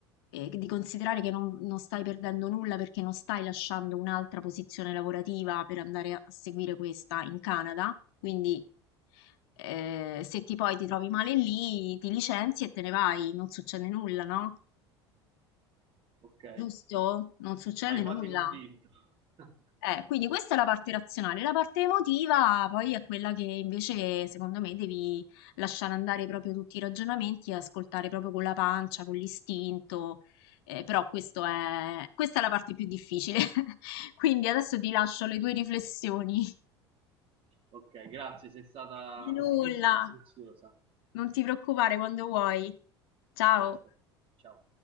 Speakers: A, on the left (about 60°); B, on the right (about 40°).
A: eh, di considerare che non, non stai perdendo nulla perché non stai lasciando un'altra posizione lavorativa per andare a seguire questa in Canada. Quindi eh, se ti poi ti trovi male lì, ti licenzi e te ne vai, non succede nulla, no?
B: Ok,
A: Giusto? Non succede
B: ma hai quasi
A: nulla.
B: convinto. <laughs>
A: Eh, quindi questa è la parte razionale, la parte emotiva poi è quella che invece secondo me devi lasciare andare proprio tutti i ragionamenti e ascoltare proprio con la pancia, con l'istinto, eh, però questo è... questa è la parte più difficile. <laughs> Quindi adesso ti lascio le tue riflessioni.
B: Ok, grazie, sei stata
A: Di nulla,
B: utilissima e preziosa.
A: non ti preoccupare quando vuoi. Ciao.
B: A presto. Ciao.